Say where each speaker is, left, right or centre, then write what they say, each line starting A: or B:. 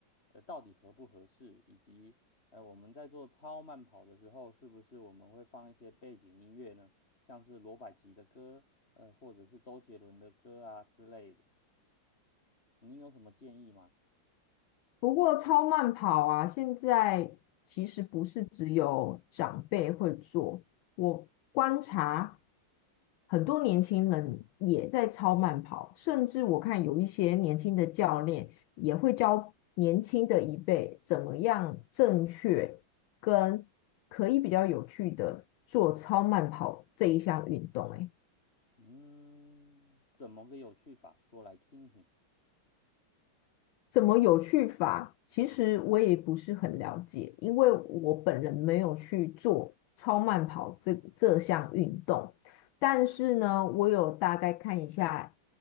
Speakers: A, on the left; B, on the left.
A: 呃，到底合不合适，以及呃，我们在做超慢跑的时候，是不是我们会放一些背景音乐呢？像是罗百吉的歌，呃，或者是周杰伦的歌啊之类的，您有什么建议吗？
B: 不过超慢跑啊，现在其实不是只有长辈会做，我观察很多年轻人也在超慢跑，甚至我看有一些年轻的教练也会教年轻的一辈怎么样正确跟可以比较有趣的做超慢跑这一项运动。欸
A: 嗯，怎么个有趣法，说来听听。
B: 怎么有趣法？其实我也不是很了解，因为我本人没有去做超慢跑这这项运动。但是呢，我有大概看一下